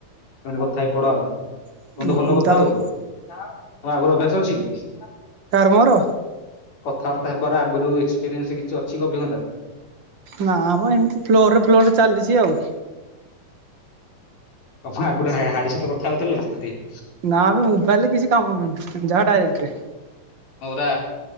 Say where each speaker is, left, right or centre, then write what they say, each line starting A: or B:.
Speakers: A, on the left; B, on the right.
A: କଥା ହେଇ ପଡ ଆଉ ତୁନ୍ତୁ
B: ହୁଁ
A: ଭଲ କଥା
B: ତାପରେ
A: ହଉଛ ମ ଆଗରୁ ଅଭ୍ୟାସ ଅଛି କି?
B: ମର?
A: ଥାର୍ଥ ହେବାର ଆଗରୁ ଏକ୍ସପିରିଏନ୍ସ କିଛି ଅଛି ଅଭିଜ୍ଞତା।
B: ନାମ ଏମିତି ଫ୍ଲୋ ଫ୍ଲୋର ଚାଲିଛି ଆଉ।
A: ତମ ଆଗରୁ ହାଡି ସହିତ କଥା ହଉଥିଲ ଯଦି
B: ନା ଆମେ ମୋବାଇଲ ରେ କିଛି କାମ କରନ ଯାହା ଡାଇରେକ୍ଟ୍।
A: ପୁର